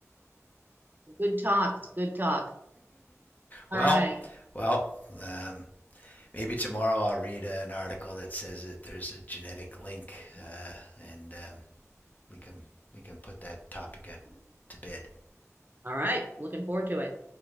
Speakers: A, on the right (about 35°); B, on the left (about 30°).
A: Good talk. It's good talk.
B: well
A: All right.
B: well um, maybe tomorrow I'll read an article that says that there's a genetic link uh, and um, we can we can put that topic at, to bed.
A: All right. Looking forward to it.